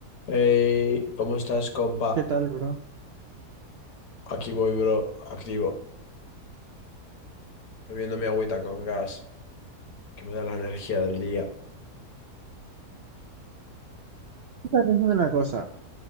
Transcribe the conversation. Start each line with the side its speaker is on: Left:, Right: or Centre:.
Left: Hey, ¿cómo estás, compa?
Right: ¿Qué tal, bro?
Left: Aquí voy, bro, activo, bebiendo mi agüita con gas, que me da la energía del día.
Right: Estaba pensando en una cosa.